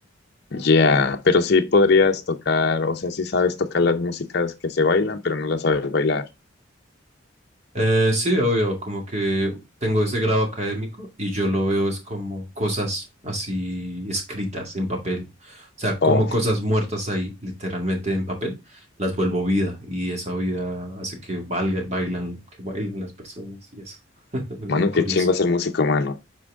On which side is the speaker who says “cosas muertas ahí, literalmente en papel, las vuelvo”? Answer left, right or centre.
Right